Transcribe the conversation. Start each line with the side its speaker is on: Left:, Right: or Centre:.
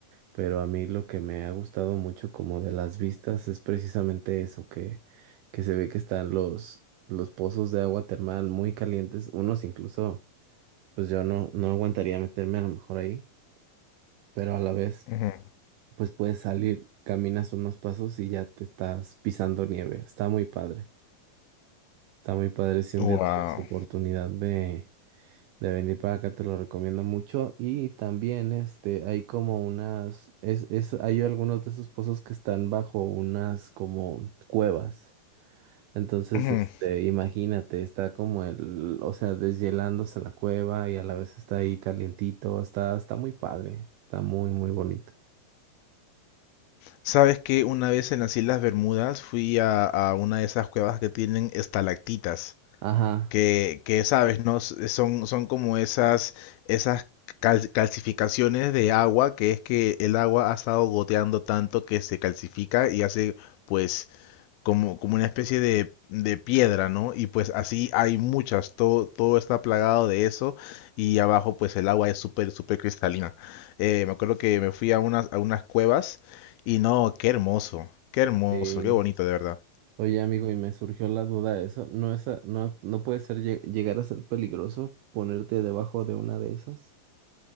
Right: Pero a mí lo que me ha gustado mucho como de las vistas es precisamente eso, que, que se ve que están los, los pozos de agua termal muy calientes, unos incluso, pues yo no, no aguantaría meterme a lo mejor ahí, pero a la vez,
Left: Ujú,
Right: pues puedes salir, caminas unos pasos y ya te estás pisando nieve. Está muy padre, está muy padre si un
Left: Wow.
Right: día tienes oportunidad de de venir para acá, te lo recomiendo mucho. Y también, este, hay como unas, es, es, hay algunos de esos pozos que están bajo unas como cuevas. Entonces,
Left: Ujú.
Right: este, imagínate, está como el, o sea, deshielándose la cueva y a la vez está ahí calientito, está, está muy padre, está muy, muy bonito.
Left: ¿Sabes que Una vez en las Islas Bermudas fui a, a una de esas cuevas que tienen estalactitas.
Right: Ajá.
Left: que, que sabes, ¿no? S- eh, Son, son como esas, esas cal- calcificaciones de agua, que es que el agua ha estado goteando tanto que se calcifica y hace pues como, como una especie de, de piedra, ¿no? Y pues así hay muchas, todo, todo está plagado de eso y abajo pues el agua es súper, súper cristalina. Eh, me acuerdo que me fui a unas, a unas cuevas y no, qué hermoso, qué hermoso,
Right: eh,
Left: qué bonito de verdad.
Right: Oye, amigo, y me surgió la duda de eso. ¿No es, a- no, no puede ser lle- llegar a ser peligroso ponerte debajo de una de esas?